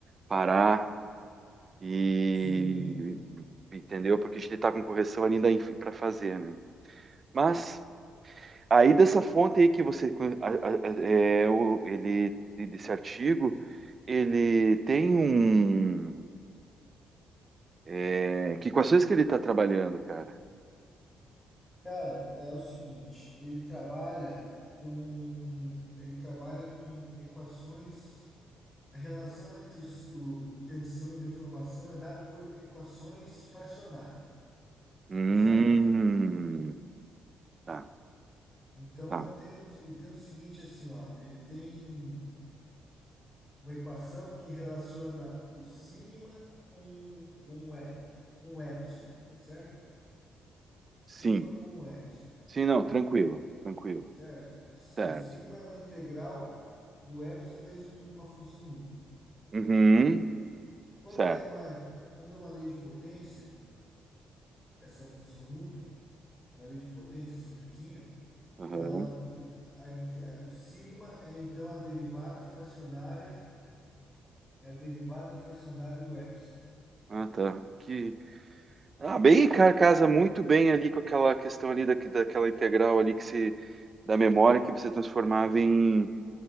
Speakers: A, on the right (about 35°); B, in the centre.
A: parar e
B: sim.
A: entendeu? Porque a gente tá com correção ainda para fazer, né? Mas aí dessa fonte aí que você a- a- é o, ele desse artigo, ele tem um é, que equações que ele está trabalhando, cara?
B: Cara, é o seguinte, ele trabalha com, ele trabalha com equações, a relação entre o, o tensão e deformação é dada por equações fracionárias.
A: Hum,
B: certo?
A: tá,
B: Então
A: tá.
B: ele tem, um- ele tem o seguinte assim, ó, ele tem uma equação que relaciona o sigma com, com o é, com o epsilon, certo? Sigma
A: Sim,
B: com o epsilon,
A: sim, não, tranquilo, tranquilo.
B: certo? S-
A: Certo.
B: O sigma é uma integral do epsilon vezes uma função núcleo.
A: Uhum,
B: Quando
A: certo.
B: é uma, quando é uma lei de potência, essa função núcleo, uma lei de potência simplesinha,
A: Uhum.
B: ela, a, a- o sigma é então a derivada fracionária É a derivada fracionária do epsilon.
A: Ah, tá. Que... Ah, bem, cara, casa muito bem ali com aquela questão ali da, daquela integral ali que se, da memória que você transformava em,